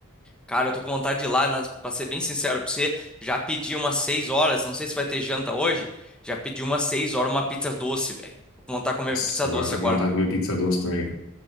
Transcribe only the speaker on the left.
Nossa,
agora
tá
com vontade de comer pizza doce também.